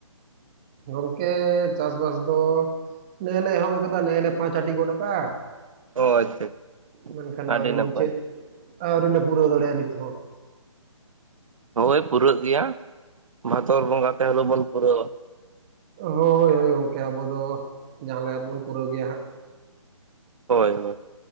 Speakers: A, on the right; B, on the right.
A: ᱜᱚᱝᱠᱮ ᱪᱟᱥᱵᱟᱥ ᱫᱚ ᱱᱮᱜᱮ ᱞᱮ ᱮᱦᱚᱵ ᱟᱠᱟᱫᱟ ᱱᱮᱜᱮ ᱞᱮ ᱯᱟᱸᱪᱟᱴᱤ ᱜᱚᱫ ᱟᱠᱟᱜᱼᱟ
B: ᱚ ᱟᱪᱪᱷᱟ
A: ᱢᱮᱱᱠᱷᱟᱱ
B: ᱟᱹᱰᱤ
A: ᱟᱣᱨᱤ
B: ᱱᱟᱯᱟᱭ
A: ᱢᱩᱪᱟᱹᱫ ᱟᱣᱨᱤᱞᱮ ᱯᱩᱨᱟᱹᱣ ᱫᱟᱲᱮᱭᱟᱜᱼᱟ ᱱᱤᱛ ᱦᱚᱸ
B: ᱦᱳᱭ ᱯᱩᱨᱟᱹᱜ ᱜᱮᱭᱟ ᱵᱷᱟᱛᱚᱨ ᱵᱚᱸᱜᱟ ᱛᱮ ᱵᱚᱱ ᱯᱩᱨᱟᱹᱣᱟ
A: ᱦᱳᱭ ᱦᱳᱭ ᱜᱚᱢᱠᱮ ᱟᱵᱚ ᱫᱚ ᱡᱟᱦᱟᱸ ᱞᱮᱠᱟ ᱫᱚᱵᱚᱱ ᱯᱩᱨᱟᱹᱣ ᱜᱮᱭᱟ ᱦᱟᱸᱜ
B: ᱦᱳᱭ ᱦᱳᱭ